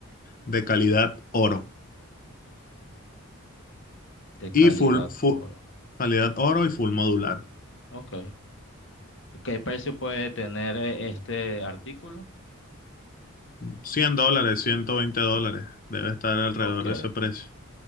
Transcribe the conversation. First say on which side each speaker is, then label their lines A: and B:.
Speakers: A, on the left; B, on the left.
A: de calidad oro
B: de calidad
A: y full, fu-
B: oro.
A: calidad oro y full modular.
B: Ok. ¿Qué precio puede tener eh, este artículo?
A: cien dólares, 120 dólares, debe estar alrededor
B: Ok,
A: de ese precio.